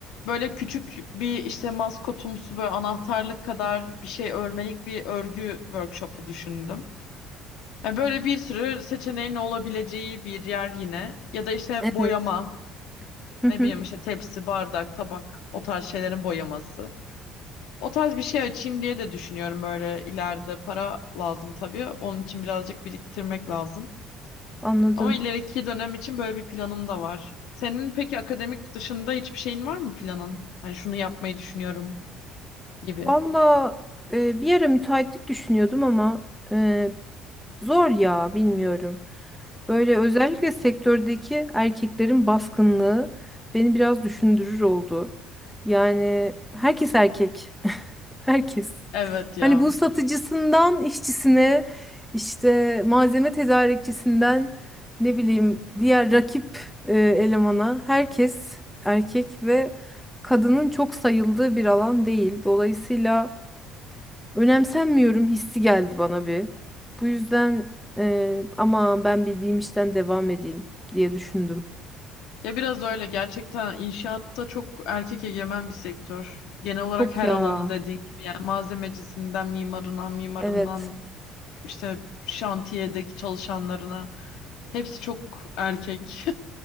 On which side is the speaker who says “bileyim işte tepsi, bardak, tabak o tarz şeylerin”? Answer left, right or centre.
Left